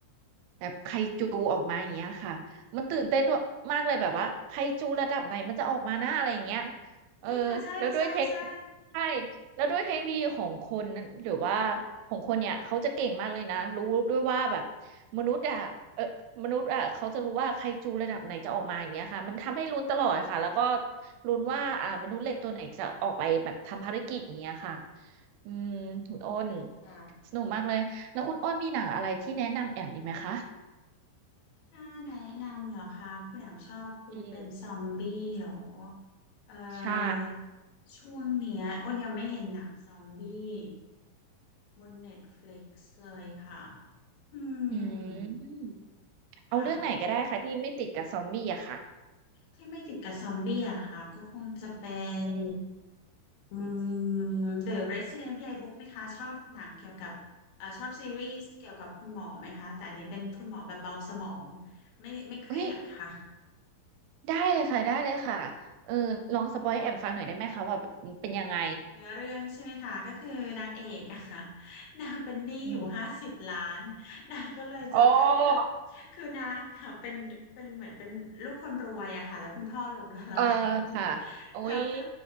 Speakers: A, on the right (about 85°); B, on the left (about 75°).
A: แบบไคจูออกมาอย่างเงี้ยค่ะมันตื่นเต้นด้วยมากเลยแบบว่าไคจูระดับไหนมันจะออกมาหน้าอะไรอย่างเงี้ย
B: เฮ้ยค่ะใช่ใช่ใช่
A: เออแล้วด้วยเทคใช่แล้วด้วยเทคโนโลยีของคนนั้นหรือว่าของคนเนี่ยเขาจะเก่งมากเลยนะรู้ด้วยว่าแบบมนุษย์อะเออมนุษย์อะเขาจะรู้ว่าไคจูระดับไหนจะออกมาอย่างเงี้ยค่ะมันทำให้ลุ้นตลอดค่ะแล้วก็
B: ค่ะ
A: ลุ้นว่าอ่ามนุษย์เหล็กตัวไหนจะออกไปแบบทำภารกิจอย่างเงี้ยค่ะอืมคุณอ้น
B: จริงค่ะ
A: สนุกมากเลย แล้วคุณอ้นมีหนังอะไรที่แนะนำแอมอีกไหมคะ
B: ค่ะถ้าแนะนำเหรอคะคุณแอมชอบดูเป็นซอมบี้เหรอ
A: อืม
B: เอ่
A: ใช่
B: อ ช่วงเนี้ยอ้นยังไม่เห็นหนังซอมบี้บนเน็ตฟลิกซ์เลยค่ะอื
A: อื
B: ม
A: มเอาเรื่องไหนก็ได้ค่ะที่ไม่ติดกับซอมบี้อะค่ะ
B: ค่ะ ที่ไม่ติดกับซอมบี้อะค่ะก็คงจะเป็น
A: อืม
B: อืม The Resident Playbook ไหมคะ ชอบหนังเกี่ยวกับเอ่อชอบซีรีส์เกี่ยวกับคุณหมอไหมคะ แต่อันนี้เป็นคุณหมอแบบเบาสมอง ไม่ไม่เครียดค่ะ
A: เฮ้ยได้เลยค่ะได้เลยค่ะเออลองสปอยให้แอมฟังหน่อยได้ไหมคะว่าแบบมันเป็นยังไง
B: เนื้อเรื่องใช่ไหมคะก็คือนางเอกอะค่ะ <laughs> นางเป็นหนี้อยู่ห้าสิบล้าน
A: อืม
B: <laughs> นางก็เลยจะคือ
A: โอ้
B: คือนางค่ะเป็นเป็นเหมือนเป็นลูกคนรวยอะค่ะแล้วคุณพ่อล้มละลาย
A: เออค่ะโอ้ย
B: <laughs> แล้วคือ